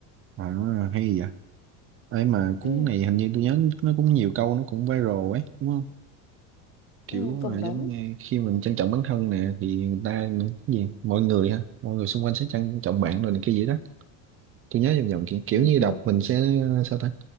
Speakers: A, on the right; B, on the left.
A: à, hay vậy Ê mà cuốn
B: ừ
A: này hình như tôi nhớ nó cũng nhiều câu nó cũng viral ấy đúng không kiểu
B: ừ cùng
A: à, giống
B: đúng
A: như khi mình trân trọng bản thân nè thì người ta cái gì mọi người ha mọi người xung quanh sẽ trân trọng bạn rồi này cái gì đó tôi nhớ vòng vòng kiểu, kiểu
B: ừ
A: như
B: ừ
A: đọc mình sẽ à, sao ta